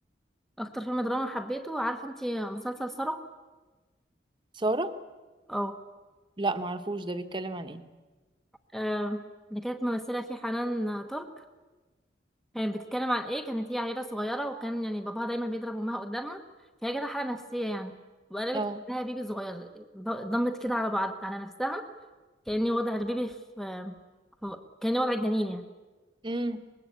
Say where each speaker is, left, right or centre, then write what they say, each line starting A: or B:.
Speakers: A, in the centre; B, on the right.
A: اكتر فيلم دراما حبيته عارفة انتي مسلسل سارة
B: سارة
A: اه
B: لا معرفوش ده بيتكلم عن ايه
A: آه، اللي كانت ممثلة فيه حنان ترك كانت بتتكلم عن ايه كانت هي عيلة صغيرة وكان يعني باباها دايما بيضرب امها قدامها فهي جالها حالة نفسية يعني وقلبت
B: اه
A: كأنها بيبي صغير ض- ضمت كده على بعض على نفسها كأني وضع البيبي في في- كأني وضع الجنين يعني
B: امم